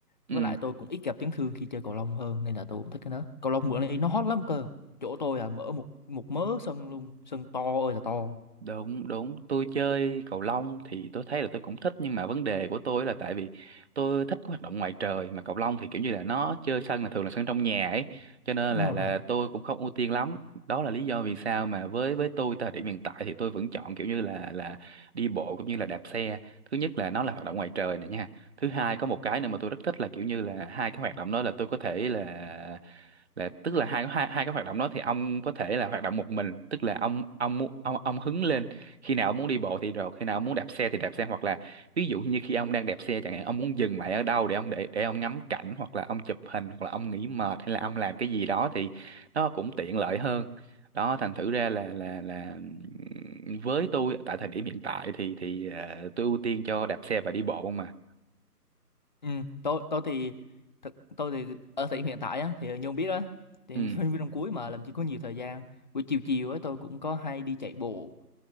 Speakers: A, on the left (about 30°); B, on the right (about 40°).
A: với
B: ừ
A: lại tôi cũng ít gặp chấn thương khi chơi cầu lông hơn nên là tôi cũng thích cái đó cầu lông bữa nay nó hot lắm cơ chỗ tôi là mở một một mớ sân luôn sân to ơi là to
B: Đúng, đúng. Tôi chơi cầu lông thì tôi thấy là tôi cũng thích nhưng mà vấn đề của tôi là tại vì tôi thích hoạt động ngoài trời mà cầu lông thì kiểu như là nó chơi sân là thường là sân trong nhà ấy cho nên
A: đúng
B: là
A: rồi
B: là
A: đúng rồi
B: tôi cũng không ưu tiên lắm. Đó là lý do vì sao mà với với tôi thời điểm hiện tại thì tôi vẫn chọn kiểu như là là đi bộ cũng như là đạp xe. Thứ nhất là nó là hoạt động ngoài trời nè nha. Thứ hai có một cái nữa mà tôi rất thích là kiểu như là hai cái hoạt động đó là tôi có thể là là tức là hai hai hai cái hoạt động đó thì ông có thể là hoạt động một mình tức là ông ông mu- ông ông hứng lên khi nào ông muốn đi bộ thì rồi khi nào ông muốn đạp xe thì đạp xe hoặc là ví dụ như khi ông đang đạp xe chẳng hạn ông muốn dừng lại ở đâu để ông để để ông ngắm cảnh hoặc là ông chụp hình hoặc là ông nghỉ mệt hay là ông làm cái gì đó thì nó cũng tiện lợi hơn đó thành thử ra là là là ừm, với tôi tại thời điểm hiện tại thì thì ờ, tôi ưu tiên cho đạp xe và đi bộ không mà
A: ừ tôi tôi thì thực tôi thì ở thời điểm hiện tại á thì như ông biết á thì
B: ừ
A: sinh viên năm cuối mà làm gì có nhiều thời gian buổi chiều chiều ấy tôi cũng có hay đi chạy bộ